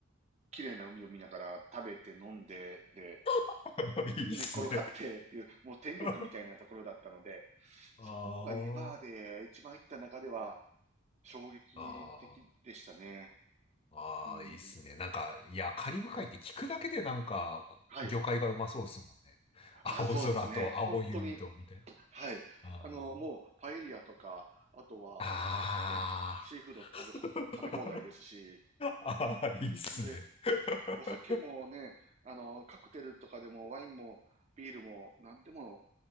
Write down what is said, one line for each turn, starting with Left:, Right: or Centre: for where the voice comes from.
Right: 綺麗な海を見ながら食べて飲んで、で、
Left: <laughs>
Right: 寝っ転がってっていう、
Left: いいっすね。
Right: もう天国みたいなところだったので、
Left: <laughs> あー。
Right: そこが今まで一番行った中では衝撃的でしたね。
Left: あー。ああ、
Right: うん。
Left: いいっすね。なんか、いや、カリブ海って聞くだけでなんか、
Right: はい。
Left: 魚介がうまそうですもんね。<laughs>
Right: あ、
Left: 青空と青い海と、
Right: そうですね。本当に。
Left: みたいな。
Right: はい。
Left: あー
Right: あの、もうパエリアとか、あとは
Left: あ
Right: ね、シーフード食べほ、
Left: ー。
Right: 食べ放題ですし、
Left: <laughs> ああいいっすね。
Right: で、
Left: <laughs>
Right: お酒もね、あの、カクテルとかでもワインもビールも何でも